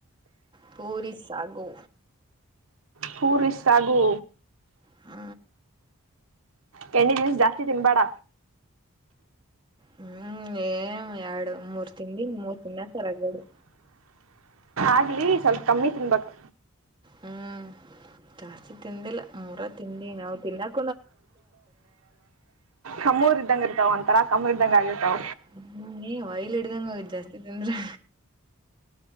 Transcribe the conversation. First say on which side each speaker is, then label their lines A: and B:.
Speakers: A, on the right; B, on the right.
A: ಪೂರಿಸಾಗು
B: ಹೂರಿ ಸಾಗು
A: ಹ್ಮ
B: ತೆಣ್ಣುಗೀಸು ಜಾಸ್ತಿ ತಿನ್ಬೇಡ.
A: ಹ್ಮ್ ಏಮ ಎರಡು ಮೂರು ತಿಂಡಿ ಮೂರು ತಿನ್ನಕ್ ಕೋರುಗ್ಬೇಡಿ.
B: ಆಗ್ಲಿ ಸ್ವಲ್ಪ ಕಮ್ಮಿ ತಿನ್ಬೇಕು.
A: ಹ್ಮ್ ಜಾಸ್ತಿ ತಿಂದಿಲ್ಲ ಮೂರ ತಿಂದ್ವಿ ನಾವು ತಿನ್ನಾಕು.
B: ಕಮ್ಮೂರ್ ಇದ್ದಂಗ ಇರ್ತಾವ ಒಂತರ ಕಮ್ಮೂರ್ ಇದ್ದಂಗ ಆಗಿರ್ತಾವ.
A: ಹ್ಮ ಇನ್ನೇನು ಆಯಿಲ್ ಹಿಡಿದಂಗ ಜಾಸ್ತಿ ತಿಂದ್ರೆ.